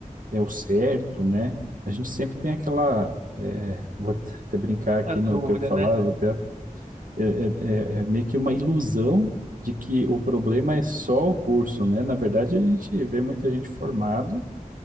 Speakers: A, on the right; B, on the right.
A: é o certo, né? A gente sempre tem aquela. é, vou até <laughs> até brincar aqui
B: a dúvida,
A: no que eu falar,
B: né?
A: vou até, é, é- é- é meio que uma ilusão de que o problema é só o curso, né? Na verdade, a gente vê muita gente formado